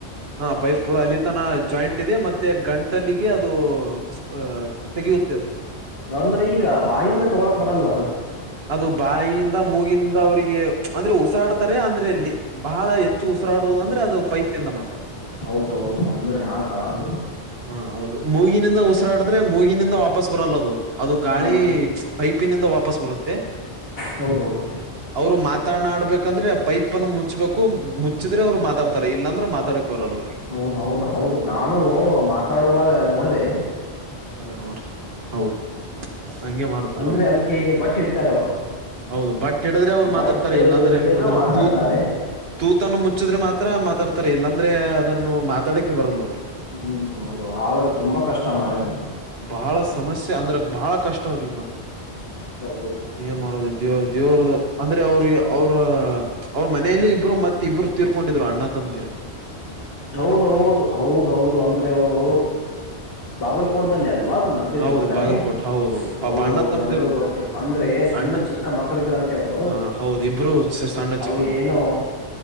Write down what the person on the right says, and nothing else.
ಹಾ ಪೈಪ್ ಪೂರ ಅಲ್ಲಿ ತನ ಜಾಯಿಂಟ್ ಇದೆ ಮತ್ತೆ ಗಂಟ್ ಟಲ್ಲಿಗೆ ಅದು ಅ ತೆಗೆಯುತ್ತೆ
ಅದು ಬಾಯಿಯಿಂದ ಮೂಗಿಂದ ಅವಿಗೆ ಅಂದ್ರೆ ಉಸಿರಾಡ್ತಾರೆ ಅಂದ್ರೆ ಇಲ್ಲಿ ಬಹಳ ಎ ಹೆಚ್ಚು ಉಸರಾಡುವುದ ಅಂದ್ರೆ ಅದು ಪೈಪ್ಿಂದ ಮಾತ್ರ
ಹಾ ಹೌದು ಮೂಗಿನಿಂದ ಉಸಿರಾಡಿದ್ರೆ ಮೂಗಿ ಈಗಿನಿಂದ ವಾಪಸ್ ಬರಲ್ಲದು ಅದು ಗಾಳಿ
ಪೈಪಿನಿಂದ ವಾಪಸ್ ಬರುತ್ತೆ
ಅವ್ರು ಮಾತಾನಾಡ್ಬೇಕಂದ್ರೆ ಪೈಪ್ನ್ನು ಮುಚ್ಬೇಕು ಮುಚ್ಚಿದ್ರೆ ಅವ್ರು ಮಾತಾಡ್ತಾರೆ ಇಲ್ಲಾಂದ್ರ ಮಾತಾಡಕ್ ಬರಲ್ಲ ಅವ್ರಿಗೆ
ಕರೆ ಹೋರ್ ಹೌದು ಹಂಗೆ ಮಾಡ್ತಾರ
ಅವ್ರು
ಹೌದು ಬಟ್ ಹಿಡಿದ್ರೆ ಅವ್ರು
ಮಾತಾಡ್ತಾರೆ ಇಲ್ಲಾ ಅಂದ್ರೆ
ಅಂದ್ರ
ತೂತ್ ತೂತಾನ ಮುಚ್ಚಿದ್ರೆ ಮಾತ್ರ ಮಾತಾಡ್ತಾರೆ ಇಲ್ಲಾಂದ್ರೆ ಅದನ್ನು ಮಾತಾಡಕ್ಕೆೆ ಬರಲ್ಲ ಅವ್ರಿಗೆ
ಬಹಳ ಸಮಸ್ಯೆ ಅಂದ್ರ ಬಹಳ ಕಷ್ಟ ಅವ್ರಿಗ್ ಮಾತ್ರ
ಏನ್ ಮಾಡೋದ ದೇವ ದೇವ್ರದ ಅಂದ್ರೆ ಅವ್ರ ಅವ್ರ ಅವ್ರ ಮನೇಲಿ ಇಬ್ಬರು ಮತ್ತತ್ ಇಬ್ರು ತೀರ್ಕೊಂಡಿದ್ರು ಅಣ್ಣ ತಮ್ಮದಿರೆ
ಹೌದು
ಬಾಗಲ್ಕೋಟ್ ಹೌದು ಹೌದು ಪಾಪ
ಅಣ್ಣ ತಮ್ಮದಿರು
ಅಣ್ಣ
ಹ ಹೌದು ಇಬ್ರು ಸಣ್ಣ
ಚಿಕ್ಕಳ ಮಕ್ಕಳು